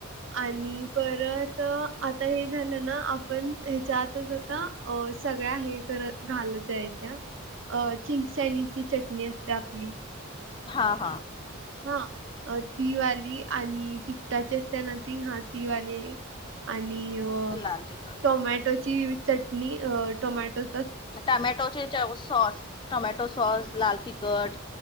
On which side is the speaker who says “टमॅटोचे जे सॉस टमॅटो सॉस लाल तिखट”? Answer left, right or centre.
Left